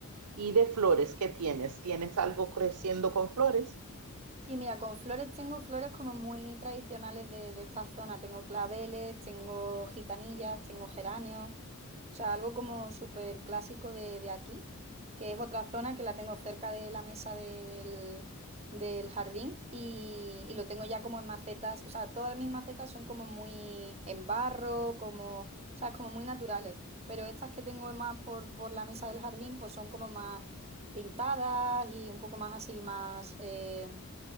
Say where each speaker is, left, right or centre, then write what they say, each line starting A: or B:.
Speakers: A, on the right (about 85°); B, on the right (about 30°).
A: Y de flores, ¿qué tienes? ¿Tienes algo creciendo con flores?
B: Sí, mira, con flores tengo flores como muy tradicionales de, de esta zona. Tengo claveles, tengo gitanillas, tengo geranios. O sea, algo como súper clásico de, de aquí, que es otra zona que la tengo cerca de la mesa de- del, del jardín y, y lo tengo ya como en macetas. O sea, todas mis macetas son como muy en barro, como, o sea, como muy naturales. Pero estas que tengo más por, por la mesa del jardín, pues son como más pintadas y un poco más así, más... eh,